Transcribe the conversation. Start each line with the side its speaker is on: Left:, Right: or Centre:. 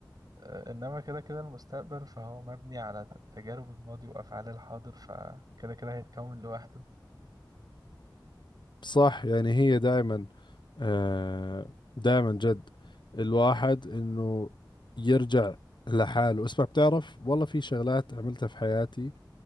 Right: آه إنما كده كده المستقبل فهو مبني على ت- تجارب الماضي وأفعال الحاضر فكده كده هيتكون لوحده
Left: صح يعني هي دائما آه دائما جد الواحد إنه يرجع لحاله اسمع بتعرف والله في شغلات عملتها في حياتي